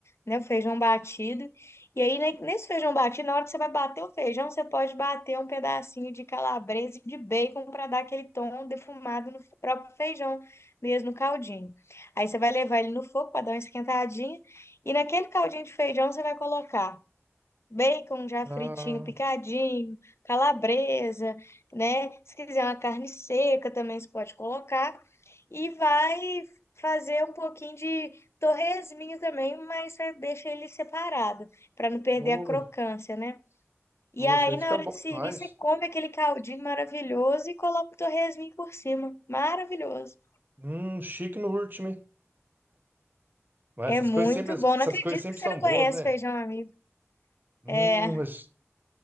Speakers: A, on the left; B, on the right.
A: né? O feijão batido. E aí, ne- nesse feijão batido, na hora que você vai bater o feijão, você pode bater um pedacinho de calabresa e de bacon para dar aquele tom defumado no próprio feijão, mesmo no caldinho. Aí você vai levar ele no fogo para dar uma esquentadinha. E naquele caldinho de feijão, você vai colocar. bacon já
B: Ah,
A: fritinho, picadinho, calabresa, né? Se quiser uma carne seca também você pode colocar. E vai fazer um pouquinho de torresminho também, mas você deixa ele separado, para não perder
B: ô,
A: a crocância, né? E
B: ô,
A: aí,
B: isso aí fica
A: na hora
B: bom
A: de servir,
B: demais.
A: você come aquele caldinho maravilhoso e coloca o torresminho por cima. Maravilhoso.
B: Hum, chique no último, hein? Mas
A: É
B: essas
A: muito
B: coisas sempre, essas
A: bom. Não acredito
B: coisas sempre
A: que você
B: são
A: não conhece
B: boas, né?
A: feijão, amigo.
B: Hum,
A: É,
B: mas